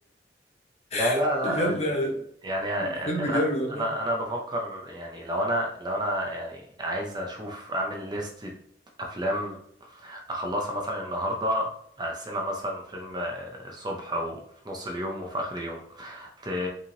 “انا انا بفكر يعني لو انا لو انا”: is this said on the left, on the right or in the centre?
Right